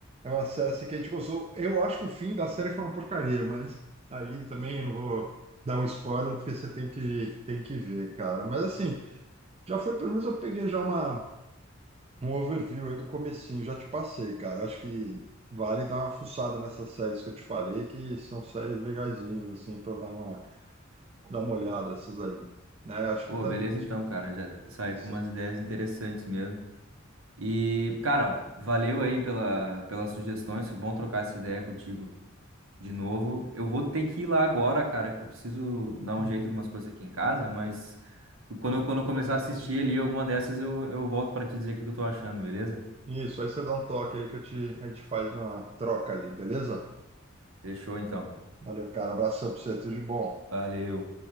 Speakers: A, on the right; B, on the right.
A: é uma série assim, que a gente gostou. Eu acho que o fim da série foi uma porcaria, mas aí também eu não vou dar um spoiler, porque você tem que, tem que ver, cara, mas assim. Já foi, pelo menos eu peguei já uma, um overview aí do comecinho, já te passei, cara. Acho que vale dar uma fuçada nessas séries que eu te falei, que são séries legazinhas, assim, para dar uma, dar uma olhada, essas aí. Né? Acho
B: Pô,
A: que tá.
B: beleza
A: acho
B: então,
A: que
B: cara. Já saí
A: tá
B: com
A: certo.
B: umas ideias interessantes mesmo. E, cara, valeu aí pela, pelas sugestões. Foi bom trocar essa ideia contigo de novo. Eu vou ter que ir lá agora, cara, que eu preciso dar um
A: Uhum.
B: jeito de umas coisas aqui em casa, mas quando eu, quando eu começar a assistir ali alguma dessas, eu, eu volto pra te dizer o que que eu tô achando, beleza?
A: Isso, aí você dá um toque aí que eu te, a gente faz uma troca ali, beleza?
B: Fechou então.
A: Valeu, cara. Abração pra você, tudo de bom.
B: Valeu.